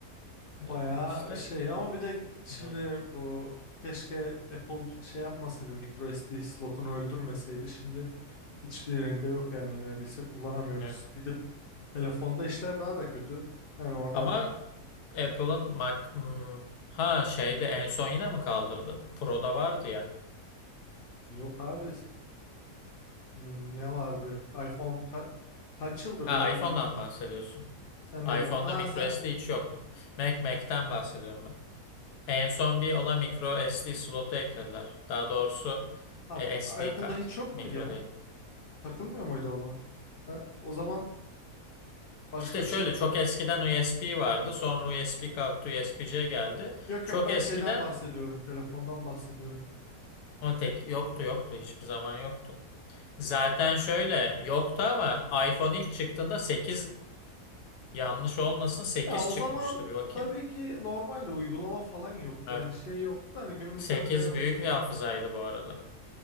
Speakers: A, on the left; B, on the left.
A: Ee,
B: bayağı
A: işte
B: şey ama bir de şimdi
A: evet,
B: bu keşke Apple şey yapmasaydı micro SD slotunu öldürmeseydi şimdi Hiçbir yerinde yok yani neredeyse kullanamıyoruz.
A: evet.
B: Gidip telefonda işler daha da kötü. Yani orada
A: Ama Apple'ın Mac hmm, ha şeyde en son yine mi kaldırdı? Pro'da vardı ya.
B: yok abi n- ne vardı? iPhone ka- kaç yıldır
A: Ha
B: belki
A: iPhone'dan bahsediyorsun.
B: sen neydin?
A: iPhone'da
B: Aha
A: micro
B: sen
A: SD hiç yoktu. Mac Mac'ten bahsediyorum ben. En son bir ona micro SD slotu eklediler. Daha doğrusu
B: A-
A: e, SD
B: Apple'da
A: kart.
B: hiç yok muydu
A: Micro
B: ya?
A: değil.
B: Takılmıyor muydu onu? Ha, o zaman başka
A: İşte şöyle
B: bir şey.
A: çok eskiden USB vardı. Sonra USB kalktı, USB-C geldi.
B: Yok
A: Çok
B: yok ben
A: eskiden
B: şeyden bahsediyorum. Telefondan bahsediyorum.
A: o tek yoktu yoktu. Hiçbir zaman yoktu. Zaten şöyle yoktu ama iPhone ilk çıktığında 8 yanlış olmasın 8
B: Ya o
A: çıkmıştı.
B: zaman
A: Bir bakayım.
B: tabii ki normalde uygulama falan yoktu.
A: Evet.
B: Yani şey yoktu da hani günümüzde
A: sekiz
B: telefon
A: büyük bir hafızaydı bu arada.